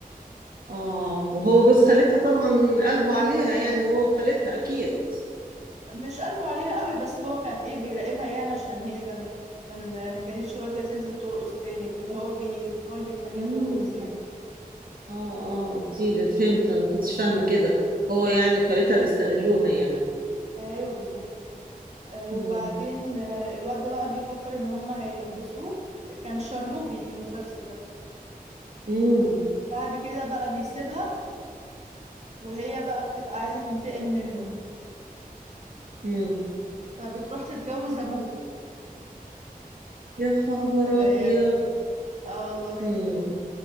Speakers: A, on the right; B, on the right.
A: اه وهو جوز خالتها طبعا قلبه عليها يعني هو وخالتها اكيد
B: مش قلبه عليها قوي بس هو كان ايه بيراقبها يعني عشان هي كان كان ما كانتش راضية تنزل ترقص تاني وكده هو بي هو اللي بيخليها
A: مم.
B: ترقص يعني
A: اه اه قلتيلي فهمت أنا ما كنتش فاهمه كده
B: اه
A: هو يعني وخالتها بيستغلوها يعني
B: ايوه بالظبط آه
A: مم.
B: وبعدين آه الواد ده بقى بيفكر ان هما هيلبسوه كان الشرنوبي في المسلسل ده
A: امم
B: بعد كده بقى بيسيبها وهي بقى بتبقى عايزة تنتقم منه
A: امم
B: فبتروح تتجوز ابوه
A: يا خبر
B: تخيل
A: ابيض
B: اه والله
A: امم